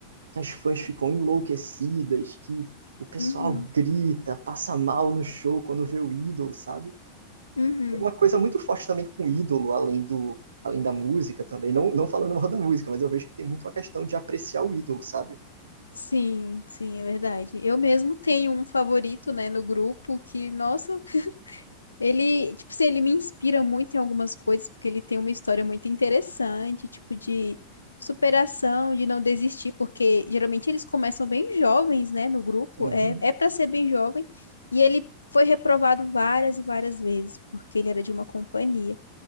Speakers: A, on the right; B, on the left.
A: que as fãs ficam enlouquecidas, que o pessoal
B: Uhum,
A: grita, passa mal no show quando vê o ídolo, sabe?
B: uhum.
A: É uma coisa muito forte também com o ídolo, além do. Além da música também, não, não falando mal da música, mas eu vejo que tem muito uma questão de apreciar o ídolo, sabe?
B: Sim, sim, é verdade. Eu mesmo tenho um favorito, né, no grupo que, nossa, Ele, tipo assim, ele me inspira muito em algumas coisas, porque ele tem uma história muito interessante, tipo, de superação, de não desistir, porque geralmente eles começam bem jovens, né, no grupo,
A: Uhum.
B: é, é para ser bem jovem, e ele foi reprovado várias e várias vezes, porque ele era de uma companhia.